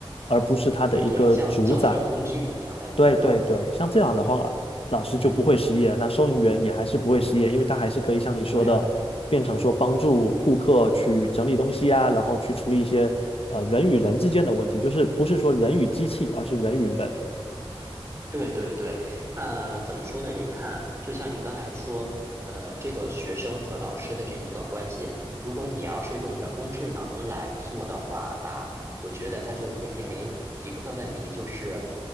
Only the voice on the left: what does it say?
而不是他的一个主宰。
对对对，像这样的话，老师就不会失业，
那收银员也还是不会失业，因为他还是可以像你说的，
变成说帮助顾客去整理东西啊，然后去处理一些呃人与人之间的问题，就是不是说人与机器，而是人与人。